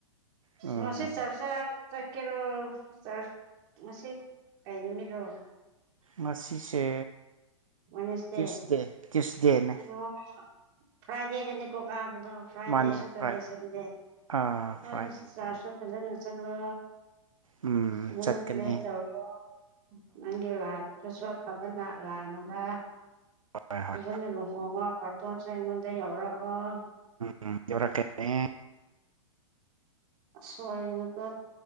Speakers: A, on the right (about 80°); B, on the right (about 45°).
A: ꯎꯝ
B: ꯉꯁꯤ ꯆꯔꯆꯥꯥ ꯆꯠꯀꯦꯔꯣ ꯆꯔꯆ ꯉꯁꯤ ꯀꯩ ꯅꯨꯃꯤꯠꯔꯣ
A: ꯉꯁꯤꯁꯦ
B: ꯋꯥꯢꯅꯁꯗꯦ
A: ꯇ꯭ꯌꯨꯁꯗꯦ ꯇ꯭ꯌꯨꯁꯗꯦꯅꯦ
B: ꯑꯣ ꯐ꯭ꯔꯥꯢꯗꯦꯗꯅꯤꯀꯣ ꯀꯥꯕ ꯗꯣ ꯐ꯭ꯔꯥꯏꯗꯦ
A: ꯃꯥꯅꯦ
B: ꯁꯦꯇꯔꯗꯦ
A: ꯐ꯭ꯔꯥꯏ
B: ꯁꯟꯗꯦ
A: ꯑꯥ
B: ꯍꯣꯏ
A: ꯐ꯭ꯔꯥꯏꯗꯦꯗꯅꯦ
B: ꯆꯥꯔꯁꯨ ꯐꯖꯅ ꯆꯠꯂꯣ
A: ꯎꯝ
B: ꯐꯖꯅ
A: ꯆꯠꯀꯅꯤ
B: ꯄ꯭ꯔꯦ ꯇꯧꯔꯣ ꯅꯪꯒꯤ ꯂꯥꯢꯐꯇꯥꯁꯨ ꯑꯐꯕ ꯂꯥꯛ <unintelligible>
A: ꯍꯣꯏ ꯍꯣꯏ
B: ꯐꯖꯅ ꯂꯨꯍꯣꯡꯉꯣ ꯕꯥꯔꯇꯣꯟꯁꯨ ꯑꯩꯉꯣꯟꯗ ꯌꯥꯎꯔ ꯑꯣ
A: ꯎꯝ ꯌꯧꯔꯛꯀꯅꯤ
B: ꯑꯁꯣꯢꯒꯅꯨꯀꯣ